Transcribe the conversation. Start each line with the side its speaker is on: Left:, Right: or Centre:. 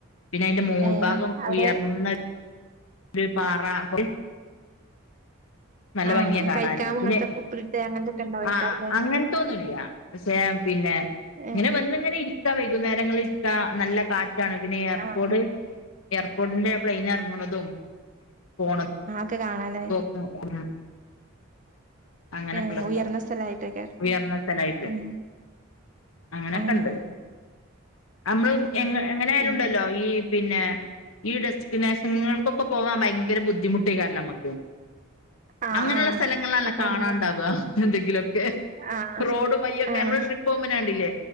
Left: പിന്നെ അയ്‌ന്റെ മോൾഭാഗം
Right: ഏ അവിടെ
Left: ഉയർന്ന് ഒരു പാറ അപ്പം നല്ല
Right: ആഹ്
Left: ഭംഗിയ കാണാന്
Right: കഴിക്കാം അങ്ങനത്തെ
Left: പിന്നെ
Right: ഉപ്പിലിട്ട് അങ്ങനത്തൊക്കെ ഉണ്ടാവേക്കാരല്ലേ
Left: ആഹ്‌ ആഹ് അങ്ങനത്തൊന്നുല്ല പക്ഷേ പിന്നെ
Right: ഏ
Left: ഇങ്ങനെ വന്ന് ഇങ്ങനെ ഇരി മിക്ക വൈകുന്നേരങ്ങള് ഇരിക്ക നല്ല കാറ്റാണ് പിന്നെ എയർപോഡ്
Right: ആഹ്
Left: ഏർപോർട്ടിന്റെ പ്ലെയിനറങണതും പോണതും
Right: ക്ക കാണാല്ലേ
Left: അഹ് <unintelligible> ല <unintelligible> അങ്ങനെക്കെള്ള
Right: ഏ
Left: സ്ഥലാ
Right: ഉയർന്ന സ്ഥലായിട്ടേക്കാരല്ലേ
Left: ഉയർന്ന സ്ഥലായിട്ട്,
Right: ഉം
Left: അങ്ങനക്കണ്ട്
Right: ആഹ്
Left: അമ്മള്
Right: ഉം
Left: എങ് എങ്ങനായാലുണ്ടല്ലോ
Right: പിന്നെ
Left: ഈ പിന്നെ ഈ ഡെസ്ക്കിനേഷങ്ങൾക്കൊക്കെ പോവാഭയങ്കര ബുദ്ധിമുട്ടേക്കാരല്ലോ അമ്മ ക്ക്
Right: ആഹ്
Left: അങ്ങനെള്ള
Right: ആഹ്
Left: സ്ഥലങ്ങൾളാണല്ലോ
Right: അപ്പൊ
Left: കാണാണ്ടാവ
Right: അവിടുന്ന്
Left: എന്തെങ്കിലൊക്കെ
Right: ആഹ്
Left: റോഡും വയ്യൊക്കെ
Right: ആഹ്
Left: നമ്മള് ട്രിപോകുമ്പെന്നെകണ്ടില്ലേ